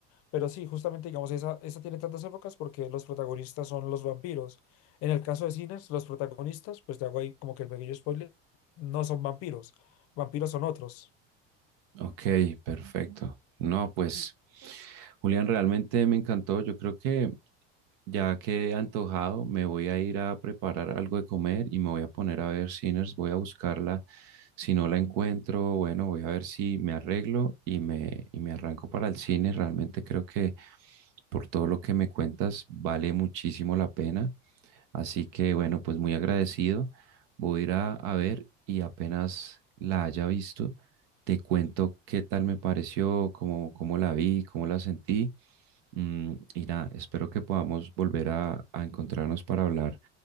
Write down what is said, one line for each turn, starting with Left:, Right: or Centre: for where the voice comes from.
Left: Pero sí, justamente, digamos, esa, esa tiene tantas épocas porque los protagonistas son los vampiros. En el caso de cines, los protagonistas, pues te hago ahí como que el pequeño spoiler, no son vampiros. Vampiros son otros.
Right: Ok, perfecto. No, pues, Julián, realmente me encantó. Yo creo que ya que he antojado, me voy a ir a preparar algo de comer y me voy a poner a ver Sinners. Voy a buscarla. Si no la encuentro, bueno, voy a ver si me arreglo y me, y me arranco para el cine. Realmente creo que por todo lo que me cuentas, vale muchísimo la pena. Así que bueno, pues muy agradecido. Voy a ir a, a ver y apenas la haya visto, te cuento qué tal me pareció, cómo, cómo la vi, cómo la sentí. Mm, y nada, espero que podamos volver a, a encontrarnos para hablar